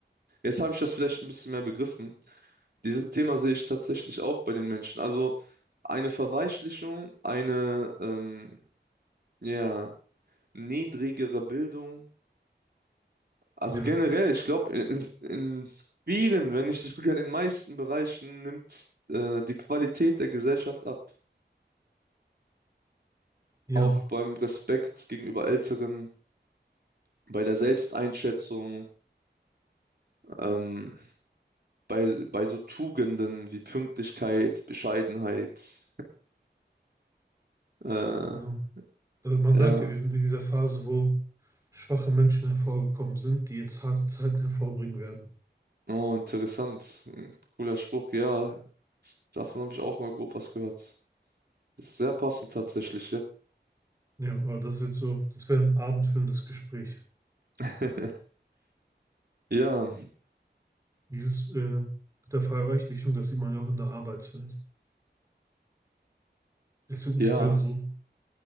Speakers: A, on the right; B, on the right.
A: jetzt habe ich das vielleicht ein bisschen mehr begriffen. Dieses Thema sehe ich tatsächlich auch bei den Menschen. Also eine Verweichlichung, eine ähm, ja, niedrigere Bildung. Also
B: Ja,
A: generell, ich glaube, in, in vielen, wenn nicht sogar in den meisten Bereichen nimmt äh, die Qualität der Gesellschaft ab.
B: ja,
A: auch beim Respekt gegenüber Älteren, bei der Selbsteinschätzung, ähm, bei, bei so Tugenden wie Pünktlichkeit, Bescheidenheit. Äh,
B: genau. Also man
A: ja,
B: sagt ja, wir sind in dieser Phase, wo schwache Menschen hervorgekommen sind, die jetzt harte Zeiten hervorbringen werden.
A: oh, interessant. Ein cooler Spruch, ja. Davon habe ich auch mal grob was gehört. Ist sehr passend tatsächlich, ja.
B: Ja, aber das ist jetzt so, das wäre ein abendfüllendes Gespräch.
A: <laughs> Ja,
B: Dieses äh, mit der Verreichlichung, das sieht man ja auch in der Arbeitswelt. Es sind
A: ja,
B: nicht mehr so,